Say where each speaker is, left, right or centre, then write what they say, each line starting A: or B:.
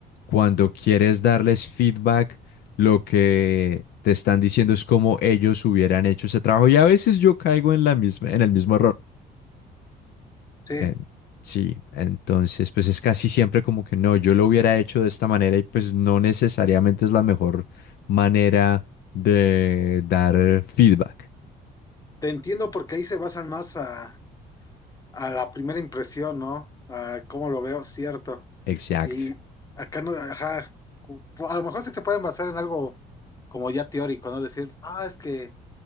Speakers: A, on the left; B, on the left.
A: cuando quieres darles feedback, lo que te están diciendo es cómo ellos hubieran hecho ese trabajo. Y a veces yo caigo en la misma, en el mismo error.
B: Sí,
A: En- sí, entonces pues es casi siempre como que no, yo lo hubiera hecho de esta manera y pues no necesariamente es la mejor manera de dar feedback.
B: te entiendo porque ahí se basan más a, a la primera impresión, ¿no? A cómo lo veo, cierto.
A: Exacto.
B: Y acá no, ajá, cu- a lo mejor sí se pueden basar en algo como ya teórico, ¿no? Decir, ah, es que,